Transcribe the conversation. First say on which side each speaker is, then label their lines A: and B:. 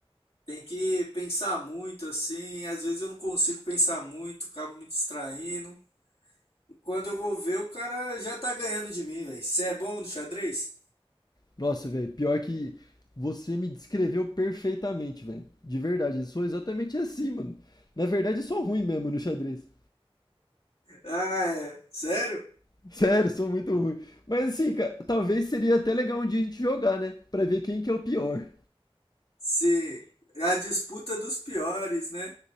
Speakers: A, on the left (about 85°); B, on the left (about 40°).
A: Tem que pensar muito assim, às vezes eu não consigo pensar muito, acabo me distraindo. E quando eu vou ver, o cara já tá ganhando de mim, velho. Você é bom no xadrez?
B: Nossa, velho, pior que você me descreveu perfeitamente, velho. De verdade, eu sou exatamente assim, mano. Na verdade, eu sou ruim mesmo no xadrez.
A: Ah, é. Sério?
B: <laughs> Sério, sou muito ruim. Mas assim, cara, talvez seria até legal um dia a gente jogar, né? Pra ver quem que é o pior.
A: Sim. A disputa dos piores, né?